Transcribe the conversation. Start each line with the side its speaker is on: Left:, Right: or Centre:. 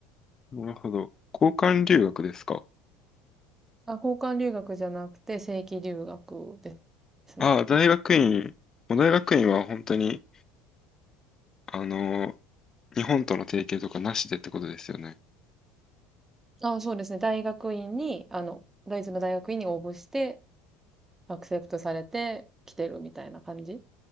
Left: なるほど。交換留学ですか
Right: あ、交換留学じゃなくて正規留学ですね。
Left: ああ、大学院。もう大学院は本当に、あの、日本との提携とかなしでってことですよね。
Right: あ、そうですね。大学院に、あの、ドイツの大学院に応募して、アクセプトされて来てるみたいな感じ。